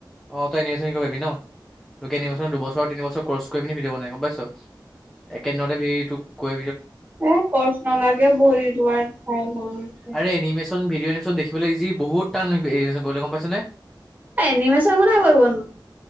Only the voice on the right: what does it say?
এ, কৰ্চ নালাগে, ভৰি দুৱাৰ ভ লছে।
এনিমেচন কোনে কৰিবনো।